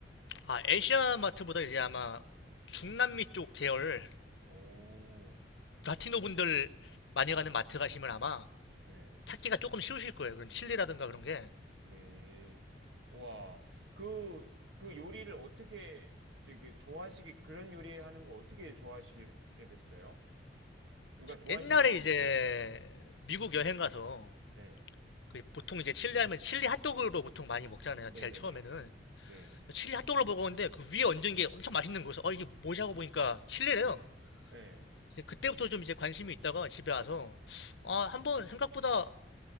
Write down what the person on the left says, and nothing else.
아, 아시아 마트보다 이제 아마 중남미 쪽 계열
라티노 분들 많이 가는 마트 가시면 아마
찾기가 조금 쉬우실 거예요. 그런 칠리라든가 그런 게.
옛날에
이제
미국 여행 가서
그 보통 이제 칠리 하면 칠리 핫도그로 보통 많이 먹잖아요. 제일
처음에는.
칠리 핫도그를 먹었는데 그 위에 얹은 게 엄청 맛있는 거여서 어, 이게 뭐지 하고 보니까 칠리래요.
이제 그때부터 좀 이제 관심이 있다가 집에 와서 아, 한번 생각보다